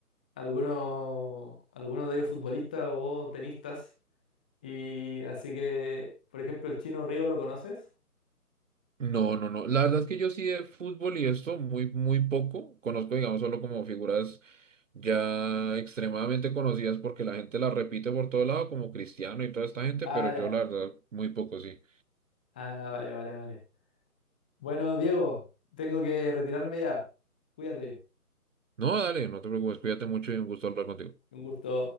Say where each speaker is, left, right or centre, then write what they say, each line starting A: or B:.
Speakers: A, in the centre; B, on the right.
A: algunos, algunos de ellos futbolistas o tenistas, y así que, por ejemplo, el Chino Río, ¿lo conoces?
B: No, no, no. La verdad es que yo sí de fútbol y esto muy, muy poco. Conozco, digamos, solo como figuras ya extremadamente conocidas porque la gente las repite por todo lado, como Cristiano y toda esta gente,
A: Ah,
B: pero
A: ya.
B: yo la verdad muy poco sí.
A: Ah, vale, vale, vale. Bueno, Diego, tengo que retirarme ya. Cuídate.
B: No, dale, no te preocupes, cuídate mucho y un gusto hablar contigo.
A: Un gusto.